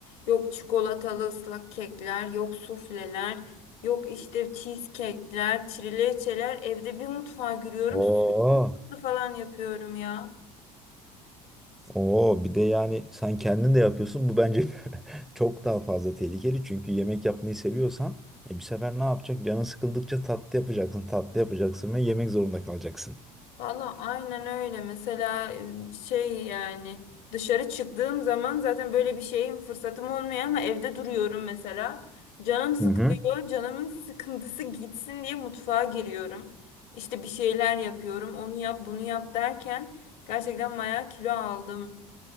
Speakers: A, on the left; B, in the centre.
A: Yok çikolatalı ıslak kekler, yok sufleler, yok işte cheesecake'ler, trileçeler. Evde bir mutfağa giriyorum,
B: <laughs> Oo.
A: sütlü falan yapıyorum ya.
B: Oo, bir de yani sen kendin de yapıyorsun. Bu bence <laughs> çok daha fazla tehlikeli. Çünkü yemek yapmayı seviyorsan e, bir sefer ne yapacak? Canın sıkıldıkça tatlı yapacaksın, tatlı yapacaksın ve yemek zorunda kalacaksın.
A: Valla aynen öyle. Mesela e, şey yani dışarı çıktığım zaman zaten böyle bir şeyim fırsatım olmuyor ama evde duruyorum mesela. Canım sıkılıyor.
B: Hı hı.
A: Canımın sıkıntısı gitsin diye mutfağa giriyorum. İşte bir şeyler yapıyorum. Onu yap, bunu yap derken gerçekten bayağı kilo aldım.